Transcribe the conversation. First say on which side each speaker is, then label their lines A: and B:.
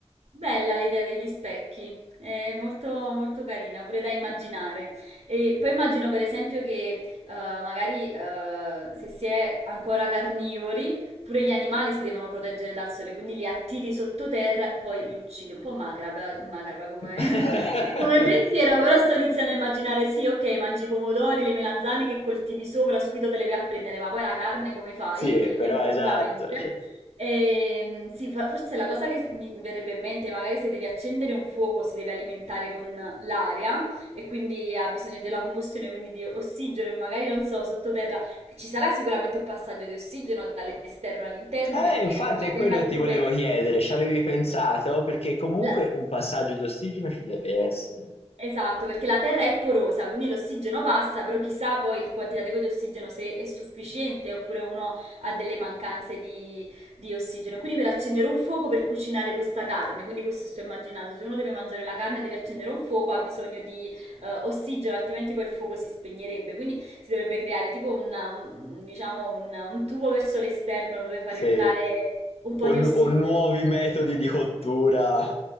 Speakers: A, on the right (about 70°); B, on the left (about 60°).
A: Bella l'idea degli specchi, è molto, molto carina, pure da immaginare. E poi immagino per esempio che eh, magari eh, se si è ancora carnivori, pure gli animali si devono proteggere dal sole, quindi li attiri sottoterra e poi li uccidi. Un po' macabra, macabra come,
B: <laughs>
A: <laughs> come pensiero, però sto iniziando a immaginare, sì, ok, mangi i pomodori, le melanzane che coltivi sopra, subito te le vai a prendere, ma poi la carne come fai?
B: Sì, però
A: Effettivamente.
B: esatto. cioè.
A: Ehm, sì, fo- forse la cosa che mi verrebbe in mente, magari se devi accendere un fuoco, si deve alimentare con l'aria e quindi ha bisogno della combustione, quindi di ossigeno e magari non so, sottoterra ci sarà sicuramente un passaggio di ossigeno dall'esterno all'interno
B: Eh,
A: perché
B: infatti
A: la
B: è
A: terra
B: quello che
A: comunque...
B: ti volevo chiedere, ci avevi pensato? Perché comunque
A: la-
B: un passaggio di ossigeno ci deve essere.
A: Esatto, perché la terra è porosa, quindi l'ossigeno passa, però chissà poi il quantitativo di ossigeno se è sufficiente oppure uno ha delle mancanze di, di ossigeno. Quindi per accendere un fuoco per cucinare questa carne, quindi questo sto immaginando, se uno deve mangiare la carne e deve accendere un fuoco ha bisogno di eh, ossigeno, altrimenti poi il fuoco si spegnerebbe. Quindi si dovrebbe creare tipo una- un, un- diciamo un, un tubo verso l'esterno dove far entrare
B: Sì.
A: un po'
B: O,
A: di ossigeno.
B: nu- o nuovi metodi di cottura